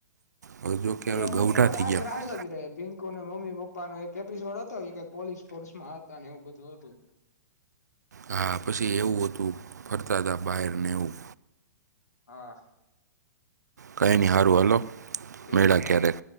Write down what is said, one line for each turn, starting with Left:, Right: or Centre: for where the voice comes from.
Right: હવે જોકે
Left: એ
Right: હવે
Left: અમુક
Right: ગૌઢા
Left: તો
Right: થઈ
Left: રાજ
Right: ગયા
Left: રાજ જ રહે પિંકો ને મમ્મી પપ્પ પા નો એક એપિસોડ હતો પોલીસ ફોર્સમાં હતા ને એવું બધું હતું.
Right: હા પછી એવું બધું ફરતા હતા બહારને એવું.
Left: હા
Right: કઈ નહી હારું હાલો
Left: <unintelligible> એ
Right: મેળા
Left: હા
Right: ક્યારેક